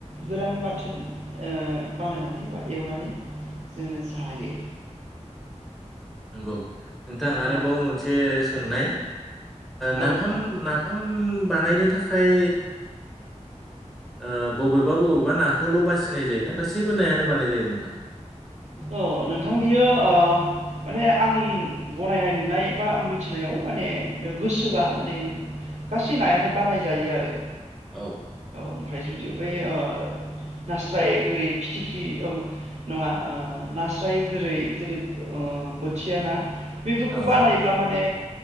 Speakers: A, on the right; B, in the centre.
A: गोरान बाथोन बानाय नांगौ एवनानै जोंङो जायो।
B: नंगौ। नोंथां आरोबाव
A: औ
B: मोनसे सोंनाय
A: औ
B: नाफाम
A: नोंथां
B: नाफाम बानायनो थाखाय। ओ बबेबा बबेबा नाखौल' बासिनाय जायोना गासैबो नायानो बानाय जायो नोंथां?
A: औ नोंथां बियो आ माने आं बनायनाय नुनाय बा आं मिथिनायाव माने गोसोबा माने गासै नायानो बानायजायो आरो
B: औ
A: औ ओमफ्राय जुदि बै ओ नास्राय गोरै फिथिख्रि ओ नङा ओ नास्राय गोरै जेरै ओ बोथिया ना बेफोरखौ
B: औ
A: बानायोब्ला
B: नोंथां
A: माने